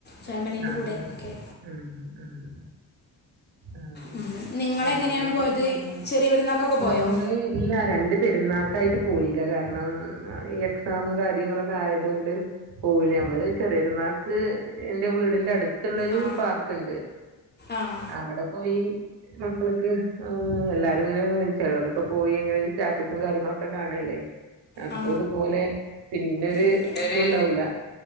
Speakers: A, on the left (about 25°); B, on the right (about 75°).
A: ഫാമിലീൻ്റെ
B: ആ
A: കൂടെ ഒക്കെ
B: ഉം ഉം ആ <unintelligible>
A: ഉം. നിങ്ങളെങ്ങനെയാണ് പോയത് ചെറിയ പെരുന്നാക്കൊക്കെ
B: ഞങ്ങള്
A: പോയോ
B: ഇല്ല രണ്ട് പെരുന്നാക്കായിട്ട് പോയില കാരണം എക്സാമും കാര്യങ്ങളൊക്കെ ആയത് കൊണ്ട് പോയില നമ്മള് ചെറിയപെരു ന്നാക്ക്‌ എന്റെ വീടിന്റെ അടുത്തുള്ളൊരു
A: ആ
B: പാർക്ക് ഉണ്ട്
A: ആ
B: അവിടെ പോയി മക്കൾക്ക് എല്ലാരും ഇങ്ങനെ ചിലരൊക്കെ പോയി അങ്ങനെ സ്റ്റാറ്റ് <unintelligible> കാര്യങ്ങളൊക്കെ കാണ്അല്ലേ അപ്പൊ
A: ആ
B: ഇതുപോലെ പിന്നൊരു
A: പിന്നെ ഒരു
B: ഇതും ഉണ്ടാവൂല